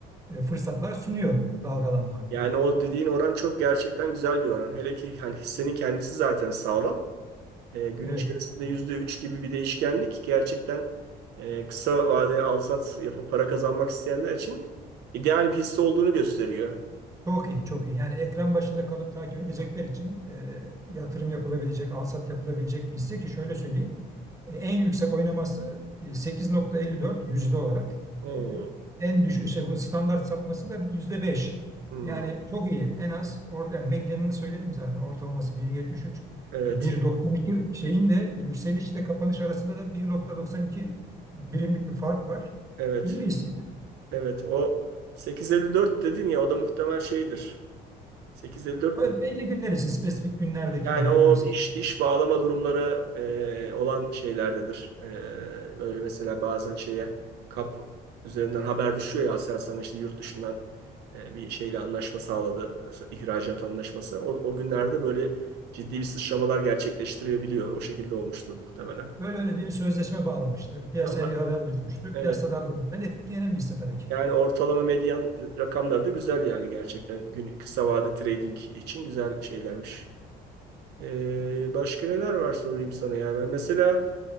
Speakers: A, on the right; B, on the right.
A: e, fırsatlar sunuyor dalgalanma.
B: Yani o dediğin oran çok gerçekten güzel bir oran. Hele ki hani hissenin kendisi zaten sağlam. E, gün
A: Evet.
B: içerisinde yüzde üç gibi bir değişkenlik gerçekten e, kısa vadeli alsat yapıp para kazanmak isteyenler için ideal bir hisse olduğunu gösteriyor.
A: Çok iyi, çok iyi. Yani ekran başında kalıp takip edecekler için e, yatırım yapılabilecek, alsat yapılabilecek bir hisse ki şöyle söyleyeyim. E, en yüksek oynaması e, 8.54 yüzde olarak.
B: Oo.
A: E, en düşük şey bunun standart sapması da yüzde 5.
B: Hmm.
A: Yani çok iyi. En az or, yani medyanını söyledim zaten ortalaması 1.73.
B: Evet,
A: 1.92 şeyin de yükselişle kapanış arasında da 1.92 birimlik bir fark var.
B: evet,
A: İyi bir hisse.
B: evet. O 8.54 dedin ya o da muhtemel şeydir. 8.54
A: Böyle
B: mi?
A: Belli günler için spesifik günlerdeki
B: Yani
A: yani
B: o
A: en yüksek.
B: iş iş bağlama durumları e, olan şeylerdedir. E, böyle mesela bazen şeye kap üzerinden haber düşüyor ya Aselsan işte yurt dışından e, bir şeyle anlaşma sağladı, ihracat anlaşması. O, o günlerde böyle ciddi bir sıçramalar gerçekleştirebiliyor. O şekilde olmuştur muhtemelen.
A: Öyle öyle bir sözleşme bağlamıştır. Piyasaya
B: Ama
A: bir haber düşmüştür.
B: evet
A: Piyasada bölümden etkilenen bir hisse tabii ki.
B: yani ortalama medyan rakamları da güzel yani gerçekten gün kısa vade trading için güzel şeylermiş. E, başka neler var sorayım sana ya ben mesela